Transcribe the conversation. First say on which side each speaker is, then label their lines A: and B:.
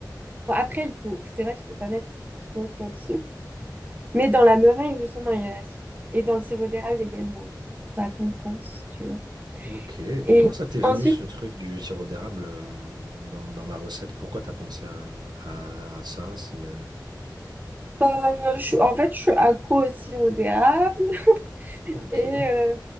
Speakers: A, on the right (about 25°); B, on the right (about 75°).
A: bon, après, il faut... c'est vrai qu'il faut pas mettre trop trop de sucre. Mais dans la meringue, justement, il y a la sucre. Et dans le sirop d'érable également. Donc, Ça compense, tu vois.
B: Ok, mais
A: Et
B: comment ça t'est venu
A: ensuite,
B: ce truc du sirop d'érable euh, dans, dans la recette? Pourquoi t'as pensé à, à- à ça? C'est euh,
A: euh, je... suis- en fait, je suis accro au sirop d'érable. <laughs>
B: Ok.
A: Et euh,